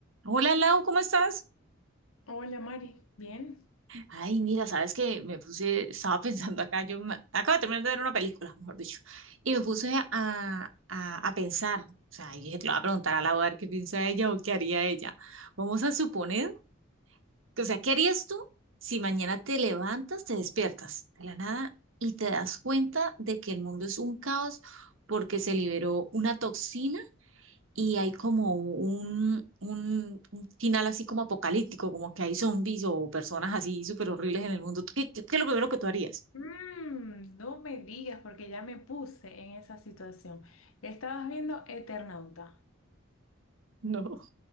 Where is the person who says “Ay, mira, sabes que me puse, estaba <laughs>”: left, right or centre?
Right